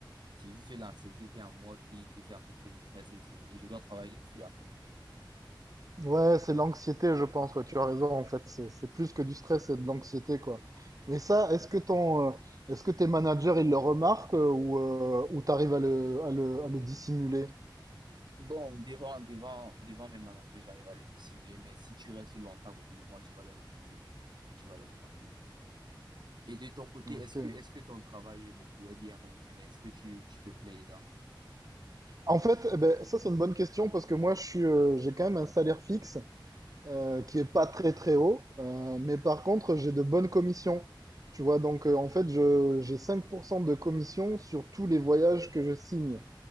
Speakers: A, on the right (about 60°); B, on the right (about 45°).
A: c'est juste l'anxiété qui est en moi qui, qui fait en sorte que je stresse et, c'est- et je dois travailler dessus en fait.
B: Ouais, c'est l'anxiété, je pense. Ouais, tu as raison, en fait. C'est, c'est plus que du stress, c'est de l'anxiété, quoi. Mais ça, est-ce que ton, euh, est-ce que tes managers, ils le remarquent euh, ou, euh, ou t'arrives à le, à le, à le dissimuler?
A: Bon, devant, devant, devant mes managers, j'arrive à le dissimuler, mais si tu restes longtemps à côté de moi, tu vas le remarquer. Tu vas le remarquer. Et de ton côté,
B: Ok.
A: est-ce que, est-ce que ton travail est beaucoup, est bien rémunéré? Est-ce que tu, tu te plais dedans?
B: En fait, eh ben, ça c'est une bonne question parce que moi je suis, euh, j'ai quand même un salaire fixe euh, qui est pas très très haut, euh, mais par contre j'ai de bonnes commissions. Tu vois, donc euh, en fait je j'ai 5% de commission sur tous les voyages que je signe.